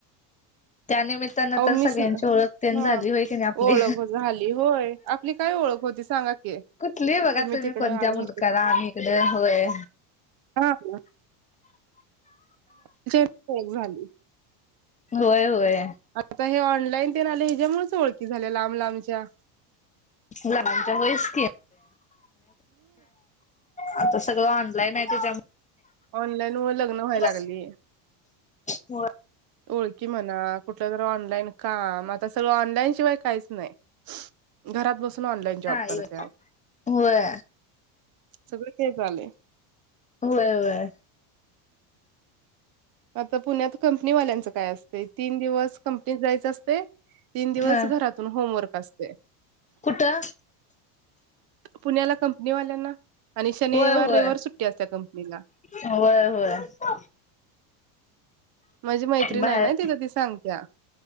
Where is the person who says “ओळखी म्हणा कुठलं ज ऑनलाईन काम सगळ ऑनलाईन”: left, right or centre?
Right